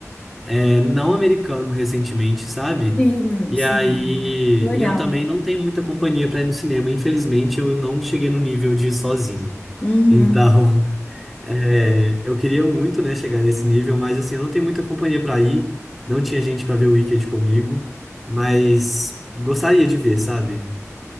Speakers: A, in the centre; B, on the left.
A: é, não americano recentemente, sabe?
B: sim,
A: E
B: sim.
A: aí.
B: Legal.
A: E eu também não tenho muita companhia pra ir no cinema. Infelizmente, eu não cheguei no nível de ir sozinho.
B: Uhum.
A: Então, <laughs> é, eu queria muito, né, chegar nesse nível, mas assim, eu não tenho muita companhia pra ir. Não tinha gente pra ver o Wicked comigo. Mas gostaria de ver, sabe?